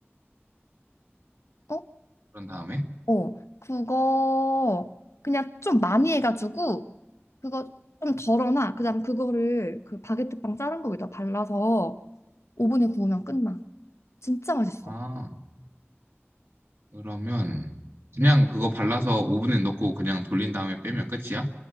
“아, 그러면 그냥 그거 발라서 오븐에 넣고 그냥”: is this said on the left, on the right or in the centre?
Right